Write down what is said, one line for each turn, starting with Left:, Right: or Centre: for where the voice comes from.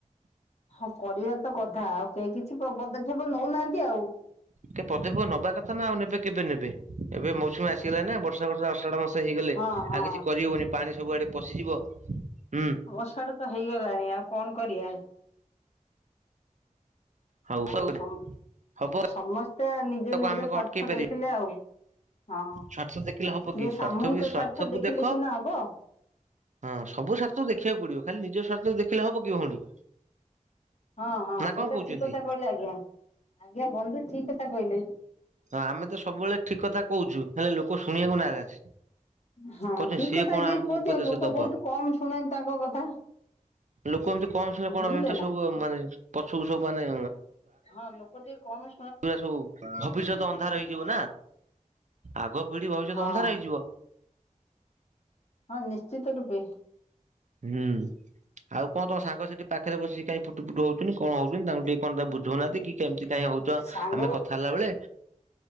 Left: ହଁ କରିବା ତ କଥା ଆଉ କେହି କିଛି ନଉନାହାନ୍ତି ଆଉ
Right: କି ପଦୀପ ନବା କଥା ନା ଆଉ ନେବେ କେବେ ନେବେ ଏବେ ମୌସୁମୀ ଆସିଗଲା ନା ବର୍ଷା ବର୍ଷା ଅଷାଢ ମାସ ହେଇଗଲେ
Left: ହଁ ହଁ
Right: ଆଉ କିଛି କରିହବନି ପାଣି ସବୁଆଡେ ପଶିଯିବ। ହୁଁ
Left: ଆଷାଢ଼ ତ ହେଇଗଲାଣି ଆଉ କଣ କରିବା।
Right: ହଉ ହଉ
Left: ଆଉ ସମସ୍ତେ
Right: ହବ
Left: ତେ ନିଜ
Right: ତାକୁ
Left: ନିଜ
Right: ଆମେ କଣ
Left: ସ୍ୱାର୍ଥ
Right: ଅଟକେଇ ପାରିବା
Left: ଦେଖିଲେ ଆଉ! ହଁ
Right: ସ୍ୱାର୍ଥ ଦେଖିଲେ ହବ
Left: କିଏ
Right: କି ସ୍ୱାର୍ଥ
Left: ସାମୂହିକ
Right: ବି ସ୍ୱାର୍ଥକୁ
Left: ସ୍ଵାର୍ଥ ଦେଖିଲେ
Right: ଦେଖ
Left: ସିନା ହବ
Right: ହଁ ସବୁ ସ୍ୱାର୍ଥକୁ ଦେଖିବାକୁ ପଡିବ ଖାଲି ନିଜ ସଵାର୍ଥକୁ ଦେଖେଇିଲେ ହବ କି ଭଉଣୀ?
Left: ହଁ ହଁ
Right: ନା କଣ
Left: ସେଇଟା
Right: କହୁଛନ୍ତି?
Left: ଠିକ କଥା କହିଲେ ଆଜ୍ଞା ଆଜ୍ଞା ବନ୍ଧୁ ଠିକ କଥା କହିଲେ
Right: ଆମେ ତ ସବୁବେଳେ ଠିକ କଥା କହୁଛୁ, ହେଲେ ଲୋକ ଶୁଣିବାକୁ ନାରାଜ
Left: ହଁ
Right: କହୁଛନ୍ତି
Left: ଠିକ
Right: ସିଏ
Left: କଥା
Right: କଣ
Left: ଯିଏ
Right: ଆମକୁ
Left: କୁହନ୍ତି,
Right: ଉପଦେଶ
Left: ଆଉ ଲୋକ
Right: ଦବ
Left: ବହୁତ କମ ଶୁଣନ୍ତି ତାଙ୍କ କଥା।
Right: ଲୋକ ଏମିତି କମ ସଲେ କଣ
Left: ବୁଝିଲେ
Right: ଏମିତି ସବୁ
Left: ନା
Right: ମାନେ ପଶୁକୁ ସବୁ ମାନେ
Left: ହଁ ଲୋକ ଯିଏ କମ୍
Right: ପୁରା ସବୁ ଭବିଷ୍ୟତ ଅନ୍ଧାର ହେଇଯିବ ନା। ଆଗ ପିଢି ଭବିଷ୍ୟତ
Left: ହଁ
Right: ଅନ୍ଧାର ହେଇଯିବ।
Left: ହଁ ନିଶ୍ଚିତ ରୂପେ।
Right: ହୁଁ ଆଉ କଣ ତମ ସାଙ୍ଗ ସେଠି ପାଖରେ ବସିକ କାଇଁ ଫୁଟୁ ଫୁଟୁ ହଉଚନି କଣ ହଉ ଛନ୍ତି ତାଙ୍କୁ ଟିକେ କଣ ତା ବୁଝଉନାହାନ୍ତି କି? କେମିତି କାହିଁ ହଉଛ
Left: ସାଙ୍ଗ
Right: ଆମେ କଥା ହେଲା ବେଳେ।